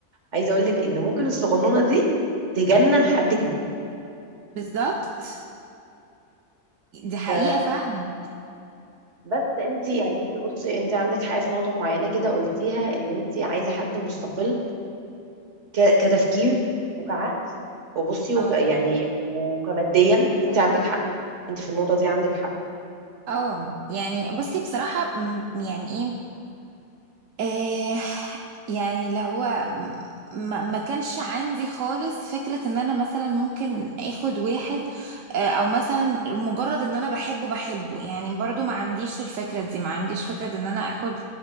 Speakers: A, on the right (about 65°); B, on the right (about 80°).
A: عايزه اقول لك ان ممكن الصغنونه دي تجنن حد كبير
B: بالظبط دي حقيقة
A: ف
B: فعلا
A: بس انت يعني انت بصي انت عندك حاجه في نقطه معينه كده قلتيها ان انت عايزه حد مستقل ك- كتفكير وكعقل وبصي
B: اه
A: وك يعني وكماديا انت عندك حق انت في النقطه دي عندك حق
B: آه. يعني بصي بصراحة م- يعني ايه آه يعني اللي هو ما, ما كانش عندي خالص فكرة ان انا مثلا ممكن اخد واحد آه او مثلا مجرد ان انا بحبه بحبه يعني برضو ما عنديش الفكرة دي ما عنديش فكرة ان انا اخد